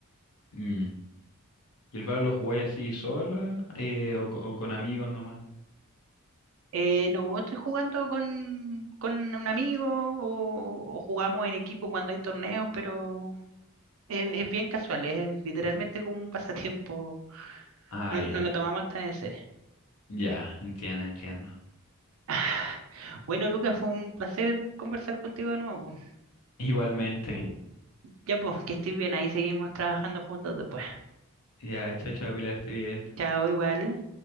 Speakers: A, on the left; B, on the right.
A: Mm. ¿Y el Valorant lo jugáis así sola eh, o, co- o con amigos nomás?
B: Eh, no, estoy jugando con, con un amigo o, o jugamos en equipo cuando hay torneos, pero es, es bien casual, es literalmente como un pasatiempo.
A: Ah,
B: No,
A: ya.
B: no lo tomamos tan en serio.
A: Ya, entiendo, entiendo.
B: <sighs> Ah, Bueno, Lucas, fue un placer conversar contigo de nuevo. po.
A: Igualmente.
B: Ya pues, que estés bien, ahí seguimos trabajando juntos después.
A: Ya, chao, chao, Pilar, esté bien.
B: Chao, igual.